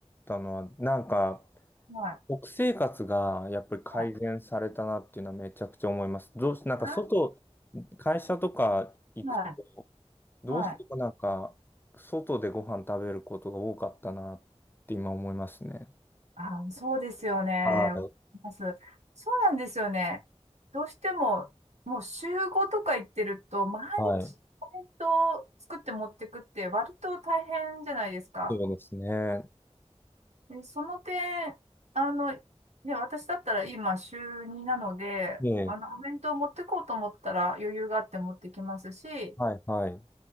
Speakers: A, on the left; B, on the right.
A: たのは、なんか、
B: はい。
A: 食生活がやっぱり改善されたなっていうのはめちゃくちゃ思います。
B: はい。
A: どうし、なんか外、
B: あ
A: 会社とか行くと、
B: はい。
A: どうしてもなんか、
B: はい。
A: 外でご飯食べることが多かったなって今思いますね。
B: あ、そうですよね。
A: はい。
B: ます。そうなんですよね。どうしても、もう週5とか行ってると、毎日コメントを作って持ってくって割と大変じゃないですか。
A: はい。そうですね。
B: え、その点、あの、ね、私だったら今週2なので、
A: ええ、
B: あの、お弁当持ってこうと思ったら余裕があって持ってきますし、
A: はい、はい。